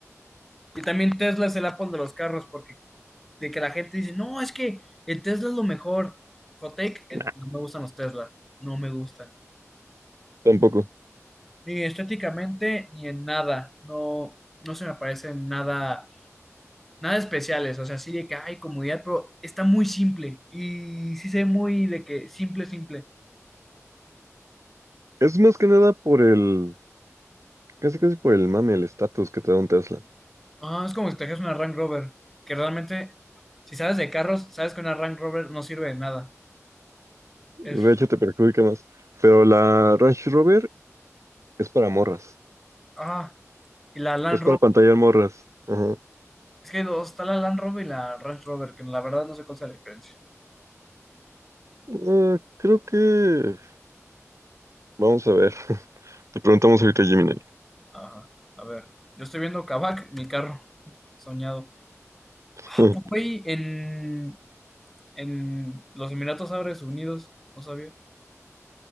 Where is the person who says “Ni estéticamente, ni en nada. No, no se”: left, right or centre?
Centre